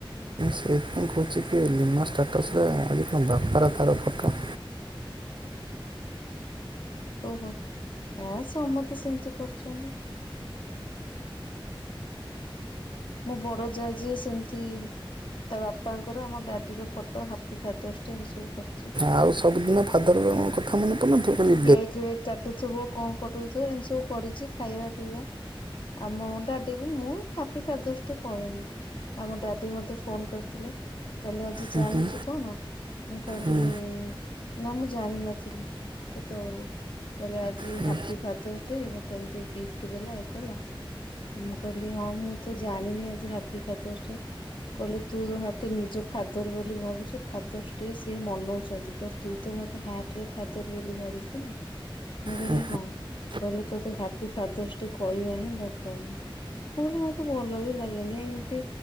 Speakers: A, on the right; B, on the left.
A: ସେଇଥିପାଇଁ କହୁଛି କି ଲିନା ଷ୍ଟାଟସରେ ଅଜି କଣ ବାପାର ତାର ଫଟୋ।
B: ଓହୋ ଆ ସମସ୍ତେ ସେମିତି କରୁଛନ୍ତି। ମୁଁ ବଡ ଯା ଯିଏ ସେମିତି-ଇ-ଇ-ଇ ତା ବାପାଙ୍କର ଆମ ଡାଡିର ଫଟୋ ହାପି ଫାଦର୍ସ ଡେ ଏମିତି ସବୁ କରିଛି।
A: ଆଉ ସବୁଦିନ ଫାଦର-ଅ-ଅ-ଅଙ୍କ <unintelligible>
B: କେକ୍ ଫେକ୍ କାଟୁଥିବ କଣ କରୁଥିବ ଏମତି ସବୁ କରିଛି ଖାଇବା ପିଇବା। ଆଉ ମୋ ଡାଡିକୁ ମୁଁ ହାପି ଫାଦର୍ସ ଡେ କହେନି। ଆମ ଡାଡି ମତେ ଫୋନ କରିଥିଲେ। କହିଲେ ଆଜି
A: ହୁଁ
B: ଜାଣିଛୁ
A: ହୁଁ
B: କଣ ମୁଁ କହିଲି
A: ହୁଁ
B: ନା ମୁଁ ଜାଣିନଥିଲି। ସେତେବେଳକୁ କହିଲେ ଆଜି
A: ହୁଁ
B: ହାପି ଫାଦରସ୍ ଡେ ମତେ ଏମତି ଗିଫ୍ଟ ଦେଲା ଇଏ କଲା। ମୁଁ କହିଲି ହଁ ମୁଁ ତ ଜାଣିନି ଆଜି ହାପି ଫାଦର୍ସ ଡେ। କହିଲେ ତୁ ଯୋଉ ମୋତେ ନିଜ ଫାଦର ବୋଲି ଭାବୁଛୁ ଫାଦର୍ସ ଡେ ସିଏ ମନଉଛନ୍ତି। ତୁ ତ ମତେ ହାର୍ଟରେ ଫାଦର ବୋଲି ଭାବିଛୁ ନା। ମୁଁ କହିଲି
A: ହୁଁ
B: ହଁ କହିଲେ ତତେ ହାପି ଫାଦର୍ସ ଡେ କହିବା ହିଁ ଦରକାର ନ। ମୁଁ କହିଲି ମତେ ଭଲ ବି ଲାଗେନି ଏମତି